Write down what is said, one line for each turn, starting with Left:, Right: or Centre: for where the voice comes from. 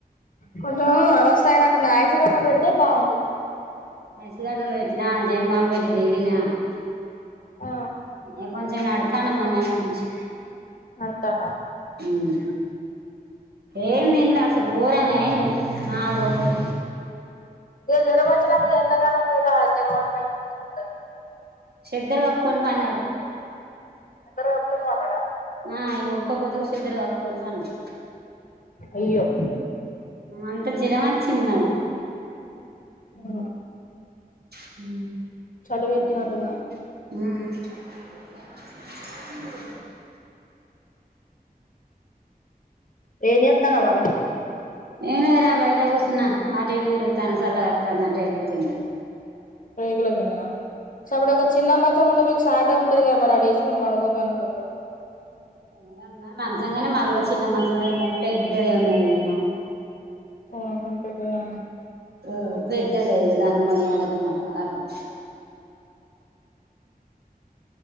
Left: కొంచెం అవస్థ అయినట్టున్నాది. ఐస్ గడ్డ పెడితే బాగుండు.
Right: ఐసు గడడ్డలు పెట్టినా. జన్మాంబెట్టి తీడినా. <inaudible>
Left: ఆ
Right: కొంచెం నడతాడు. మొన్నటి నుంచి,
Left: నడతాండ.
Right: ఉమ్ ఏం తినలే అసలు. ఘోరంగా అయిండు. నాలుగు రోజులు.
Left: ఇగ జర్వం వచ్చినంకా ఎండకాలం పూట జ్వరం వచ్చి కా,
Right: చెద్దరు కప్పుకొని పన్నాడు.
Left: చెద్దరు కప్పుకొని పన్నాడా.
Right: ఆ ఉడకపోతే చెద్దరు. కప్పుకొని పన్నడు,
Left: అయ్యో
Right: అంత జ్వరం వచ్చి, వచ్చింది మరి,
Left: ఆ
Right: హు
Left: చలి పెట్టినట్టున్న,
Right: హు
Left: ఏం చెత్తనావ్ మరి.
Right: ఏం లేదురా బయట కూసున్నా. అటు ఇటు తిరుగుతాను సల్లగ అత్తాంది. అని రేకులకిింద,
Left: రేకులాకిందనా. సప్పుడుజెక చిన్న మంచం. ఉంటే మీకు చాట. ఇగా మరి ఆడ వేసుకొని, పడుకోపోయినవ్ సప్
Right: ఏ ఉన్నాయ్ మంచం కానీ, మళ్ళా చిన్న మంచం ఎడా ఉన్నది. పెద్దదే ఉన్నది. గా మా
Left: ఆహా పెద్దదే ఉందా,
Right: ఆ పెద్దదే ఇగ దాన్ని మోయాలి. ఇటు మోయాలా అటు మోయాలా.